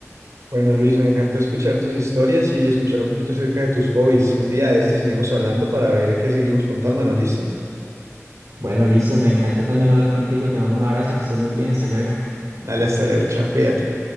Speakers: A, on the right (about 70°); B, on the right (about 90°).
A: Bueno, Luis, me encantó escuchar tus historias y escuchar un poquito acerca de tus hobbies. Un día de esto seguimos hablando para ver qué seguimos contándonos, ¿listo?
B: Bueno, listo, me encantó también hablar contigo, te mando un abrazo, que estés muy bien, hasta luego.
A: Dale, hasta luego, chao, cuídate.